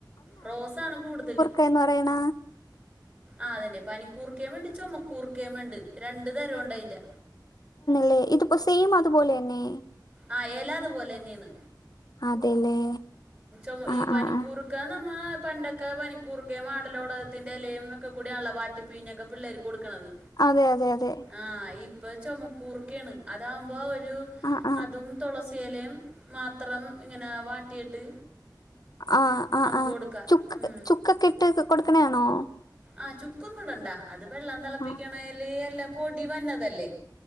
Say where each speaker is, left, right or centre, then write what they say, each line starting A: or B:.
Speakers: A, on the right; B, on the left.
A: റോസാണ് കൂടുതലും
B: ക്ക എന്ന് പറയണ
A: ആഹ് അതന്നെ പനികൂർക്കേണ്ട്‌ ചൊമക്കൂർക്കേണ്ട് രണ്ടു തരംണ്ട് അയിന്റെ
B: ലേ ഇതിപ്പോ സെയിം അതുപോലെ തന്നെ
A: ആഹ് അത് പോലെ തന്നെയാണ്
B: അതെല്ലേ
A: ഉംഈ
B: ആഹ്
A: പനിക്കൂറ്
B: ആഹ് ആഹ്
A: ഒക്കെ നമ്മ പണ്ടൊക്കെ പനിക്കൂർക്കയും ആടലോടകത്തിന്റെ ഇലയും ഒക്കെ കൂടായാണെല്ലോ വാട്ടിപ്പിഴിഞ്ഞൊക്കെ പിള്ളേര്ക്ക് കൊടുക്കുന്നത്
B: അതെ അതെ അതെ
A: ആഹ് ഇപ്പൊ ചുമക്കൂർക്കെയാണ് അതാവുമ്പോ ഒരു
B: ആഹ് ആഹ്
A: അതും തുളസിയിലയും മാത്രം ഇങ്ങനെ വാട്ടിയിട്ട്
B: ആഹ് ആഹ്
A: നമുക്ക്
B: ആഹ്
A: കൊടുക്കാം
B: ചുക്ക്
A: ഉം.
B: ചുക്കൊക്കെ ഇട്ട് കൊടുക്കണെയാണോ
A: ആഹ് ചുക്കൊന്നും ഇടണ്ടാ അത് വെള്ളം തിളപ്പിക്കണേല്
B: ആഹ്
A: എല്ലാം പൊടി വന്നതല്ലേ.